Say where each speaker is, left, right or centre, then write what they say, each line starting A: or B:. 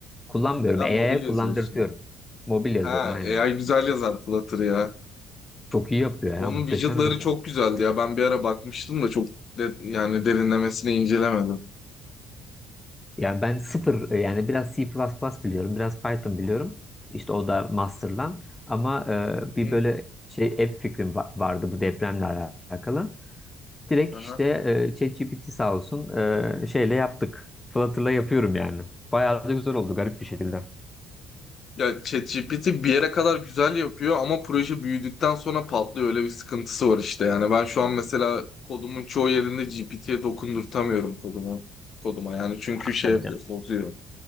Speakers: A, on the left; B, on the left.
A: Kullanmıyorum.
B: Ha
A: AI'ye
B: mobil yazıyorsun.
A: kullandırtıyorum. Mobil yazıyorum
B: Ha
A: aynen.
B: AI güzel yazar Flutter ya.
A: Çok iyi yapıyor ya.
B: Onun
A: Muhteşem
B: widgetları
A: yapıyor.
B: çok güzeldi ya. Ben bir ara bakmıştım da çok de- yani derinlemesine incelemedim.
A: Yani ben sıfır e, yani biraz C++ biliyorum. Biraz Python biliyorum. İşte o da master'dan. Ama
B: Hı.
A: e, bir böyle şey app fikrim va- vardı bu depremle alakalı. Direkt
B: Aha.
A: işte e, ChatGPT sağ olsun e, şeyle yaptık. Flutter'la yapıyorum yani. Bayağı da güzel oldu garip bir şekilde.
B: Ya ChatGPT bir yere kadar güzel yapıyor ama proje büyüdükten sonra patlıyor. Öyle bir sıkıntısı var işte. Yani ben şu an mesela kodumun çoğu yerinde GPT'ye dokundurtamıyorum kodumu. Koduma yani çünkü
A: Ya,
B: şey
A: tabii
B: yapıyor,
A: canım.
B: bozuyor.